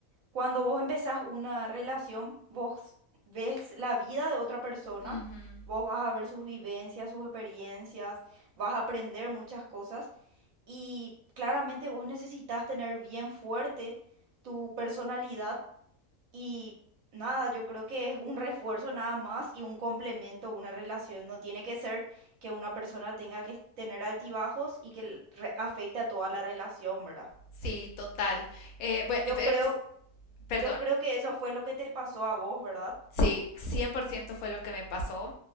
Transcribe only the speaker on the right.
Cuando vos empezás una relación, vos ves la vida de otra persona,
vos vas a ver sus vivencias, sus experiencias, vas a aprender muchas cosas y claramente vos necesitas tener bien fuerte tu personalidad y nada, yo creo que es un refuerzo nada más y un complemento, una relación. No tiene que ser que una persona tenga que tener altibajos y que le- re- afecte a toda la relación, ¿verdad?
Yo
creo,
yo creo que eso fue lo que te pasó a vos, ¿verdad?